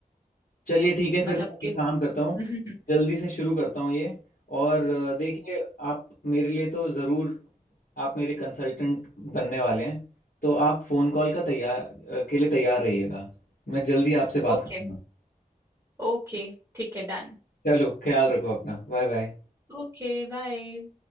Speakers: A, on the left; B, on the right.
A: चलिए ठीक है
B: मतलब
A: फिर मैं
B: कि
A: एक काम करता हूँ
B: <laughs>
A: जल्दी से शुरू करता हूँ ये और अ, देखिए आप मेरे लिए तो ज़रूर आप मेरे कंसल्टेंट बनने वाले हैं तो आप फ़ोन कॉल का तैयार अ, के लिए तैयार रहिएगा मैं जल्दी आपसे बात
B: ओके
A: करूँगा
B: ओके ठीक है डन
A: चलो ख्याल रखो अपना Bye bye
B: Okay bye